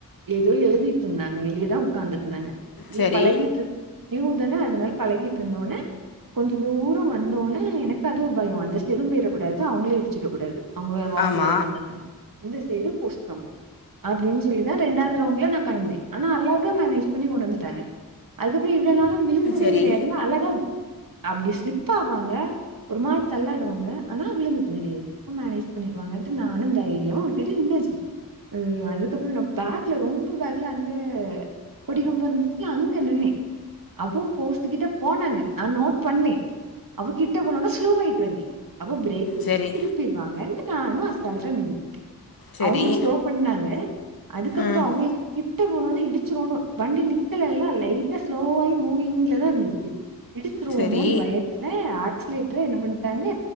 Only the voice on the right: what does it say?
ஏதோ எழுதிட்டு இருந்தாங்க வெளியதா உக்காந்து இருந்தாங்க
இ பழகிட்டு இரு நியூ தான அதனால பழகிட்டு இருந்த ஒன்னே கொஞ்ச தூரோ வந்தோனே எனக்கு அது ஒரு பயோ அந்த செய்டும் பொயற கூடாது அவங்களயு இடிச்சுற கூடாது அவங்க வாசல்ல
உக்காந்துருக்காங்க இந்த சைடு போஸ்ட் கம்போ அப்டின் சொல்லிதா ரெண்டாவது ரவுண்ட்ல நா பயந்தே ஆனா அழகா மேனேஜ் பண்ணி கொண்டு வந்துட்டாங்க அதுக்கப்றோ இவ்ளோ நாளா விழுந்ததே
கெடையாதுல்ல அழகா அப்டி ஸ்லிப்ப ஆவாங்க ஒரு மாரி தள்ளாடுவாங்க ஆனா விழுந்தது கெடயாது அப்ப மேனேஜ் பண்ணிக்குவாங்கண்ட்டு நானும் தைரியமா விட்டுட்டு நின்னாச்சு ஆ அதுக்கப்றோ நா பேக்ல ரொம்ப பேக்ல வந்து கொடி கம்போ இருந்துச்சில்ல அங்க நின்னே அப்பவு போஸ்ட் கிட்ட போனாங்க நா நோட் பண்ணே அப்ப கிட்ட போனொன்னே ஸ்லோவாயிட்டு வண்டி அப்ப பிரேக் புடிச்சி
திருப்பிருவாங்கட்டு நானு அசால்ட்டா நிண்ட
அவுங்களு ஸ்லோ பண்ணாங்க அதுக்கப்புறோ
அவுங்களுக்கு கிட்ட போனோனே இடிச்சிருவோனோ வண்டி நித்தல இல்ல லைட்டா ஸ்லோவாயி மூவிங்ல தா இருந்திச்சு இடிச்சிருவோமோன்
பயத்துல ஆக்ஸ்லைட்டர என்ன பண்டாங்க